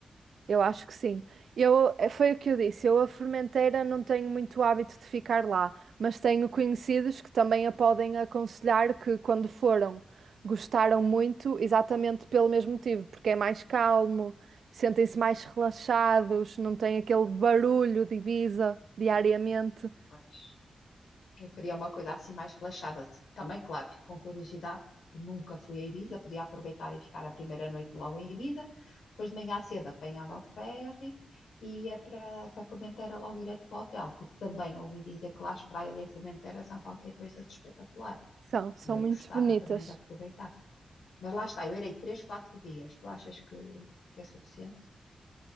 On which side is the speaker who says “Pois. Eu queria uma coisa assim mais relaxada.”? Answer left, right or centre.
Left